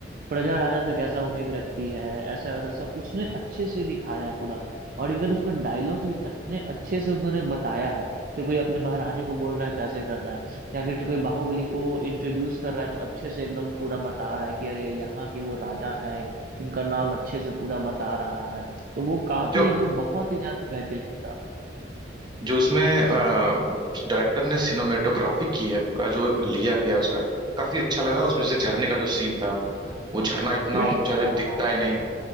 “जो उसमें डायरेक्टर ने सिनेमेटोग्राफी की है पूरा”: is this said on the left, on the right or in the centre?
Right